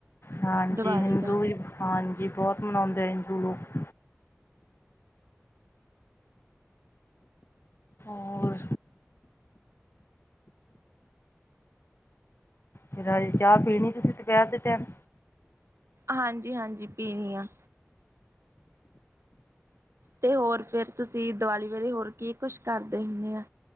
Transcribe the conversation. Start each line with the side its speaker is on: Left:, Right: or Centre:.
Left: ਹਾਂਜੀ
Right: ਦੀਵਾਲੀ
Left: ਹਿੰਦੂ
Right: ਦਾ
Left: ਹਾਂਜੀ ਬਹੁਤ ਮਨਾਉਂਦੇ ਆ ਹਿੰਦੂ ਲੋਕ ਹੋਰ ਫਿਰ ਅਜ ਚਾਹ ਪੀਣੀ ਤੁਸੀਂ ਦੁਪਹਿਰ ਦੇ ਟਾਈਮ
Right: ਹਾਂਜੀ- ਹਾਂਜੀ ਪੀਣੀ ਆ। ਤੇ ਹੋਰ ਫਿਰ ਤੁਸੀਂ ਦੀਵਾਲੀ ਵੇਲੇ ਹੋਰ ਕੀ ਕੁਛ ਕਰਦੇ ਹੁਨੇ ਆ